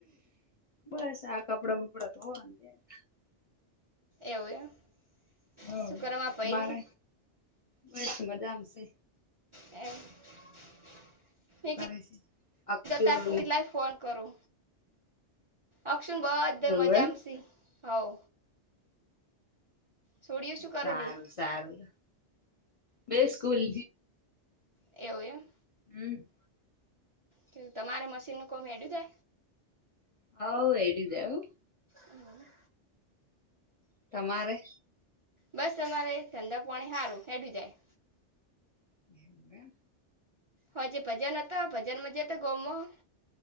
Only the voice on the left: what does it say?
બશ આ કપડા મુપડા ધોવા ન‌ઇ તો આ
હ
તમારે બસ મજા માંશે
કરે છે. અક્ષુને
એવું
સારું
સારું બે સ્કૂલ.
હું.
હવ એડી દેવું.
તમારે
એ